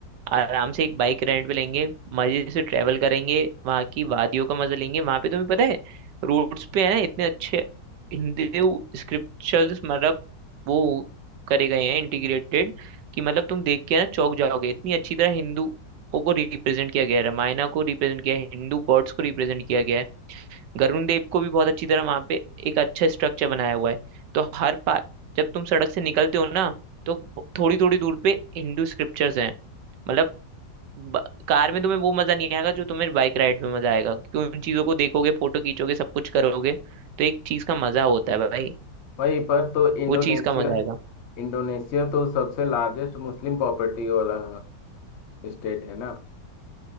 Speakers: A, on the right; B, on the left.
A: आराम से एक बाइक रेंट पे लेंगे मजे से ट्रेवल करेंगे वहाँ की वादियों का मजा लेंगे वहाँ पे तुम्हें पता है रोड्स पे है ना इतने अच्छे हिंदू स्क्रिप्चर्स मतलब वो करे गए हैं इंटीग्रेटेड कि मतलब तुम देख के ना चौंक जाओगे इतनी अच्छी तरह हिंदुओं को रिप्रेजेंट किया गया है रामायणा को रिप्रेजेंट किया है हिंदू गॉड्स को रिप्रेजेंट किया गया है वरुण देव को भी बहुत अच्छी तरह वहाँ पे एक अच्छा स्ट्रक्चर बनाया हुआ है तो हर पा जब तुम सड़क से निकलते हो ना तो थोड़ी थोड़ी दूर पे हिंदू स्क्रिप्चर्स हैं मतलब ब- कार में तुम्हें वो मजा नहीं आएगा जो तुम्हें बाइक राइड में मजा आएगा क्योंकि उन चीजों को देखोगे फोटो खींचोगे सब कुछ करोगे तो एक चीज का मजा होता है भाई
B: वहीं पर तो इंडोनेशिया
A: वो चीज का मजा आएगा
B: इंडोनेशिया तो सबसे लार्जेस्ट मुस्लिम प्रॉपर्टी वाला स्टेट है ना